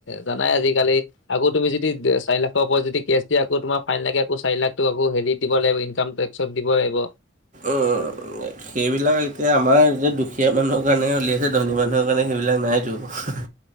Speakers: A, on the left; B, on the right.
A: জানাই আজিকালি আকৌ তুমি যদি চাৰি লাখৰ ওপৰত যদি কেচ যদি আকৌ তোমাৰ ফাইন লাগে আকৌ চাৰি লাখ টকা গল হেৰি দিব লাগিব ইনকাম টেক্সত দিব লাগিব।
B: উম। সেইবিলাক এতিয়া আমাৰ যেতিয়া দুখীয়া মানুহৰ কাৰণে উলিয়াইছে ধনী মানুহৰ কাৰণে সেইবিলাক নাইতো হুহ।